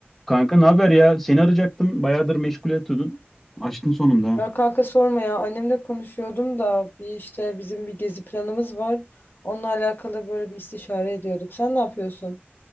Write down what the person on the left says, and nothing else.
Ya kanka sorma ya annemle konuşuyordum da bir işte bizim bir gezi planımız var. Onunla alakalı böyle bir istişare ediyorduk. Sen ne yapıyorsun?